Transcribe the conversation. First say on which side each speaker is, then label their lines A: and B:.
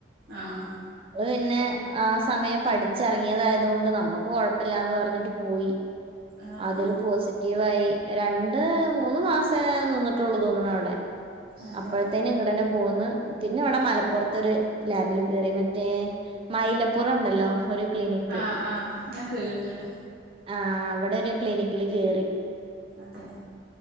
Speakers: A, on the right; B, on the right.
A: ആഹ്
B: അത് പിന്നെ ആ സമയം പഠിച്ചിറങ്ങിയതായതുകൊണ്ട് നമുക്ക് കൊഴപ്പില്ലാന്ന് പറഞ്ഞിട്ട് പോയി
A: ആഹ്
B: അതില് പോസിറ്റീവായി രണ്ട് മൂന്ന് മാസ പേ നിന്നിട്ടുള്ളൂ തോന്നണ അവിടെ
A: അതെ
B: അപ്പോഴത്തേന് ഇങ്ങെടന്നെ പോന്ന് പിന്നെ ഇവിടെ മലപ്പുറത്തൊരു ലാബിൽ കേറി മറ്റേ മൈലപ്പുറംണ്ടല്ലോ ഒരു ക്ളിനിക്ക്
A: ആഹ് ആഹ് ഞാൻ കേട്ട്ണ്
B: ആ് അവിടെ ഒരു ക്ലിനിക്കില് കയറി
A: അതെ